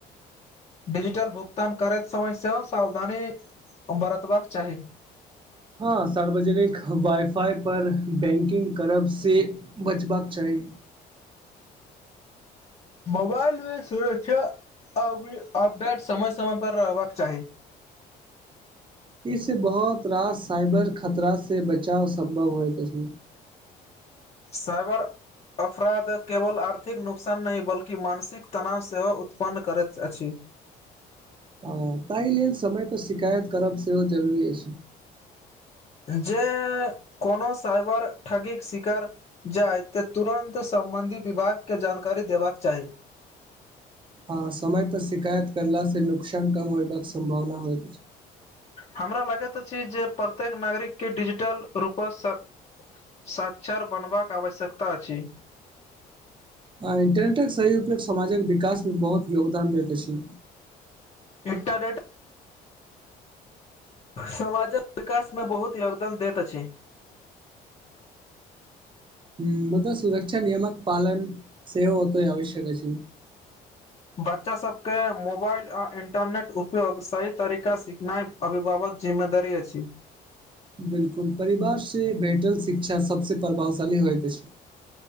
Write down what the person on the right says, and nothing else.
हँ सार्वजनिक वाइ फाइ पर बैंकिंग करब से बचबाक चाही
इसे बहुत रास साइबर खतरा से बचाव सम्भव होइत अछि
हँ ताहि लेल समयपर शिकायत करब सेहो जरूरी अछि
हँ समय पर शिकायत करला से नुकसान कम होयबाक सम्भावना होयत अछि
इन्टरनेटक सही उपयोग समाजक विकासमे बहुत योगदान दैत अछि
हूं मुदा सुरक्षा नियमक पालन सेहो ओतय आवश्यक अछि
बिलकुल परिवारसँ भेटल शिक्षा सभसँ प्रभावशाली होइत अछि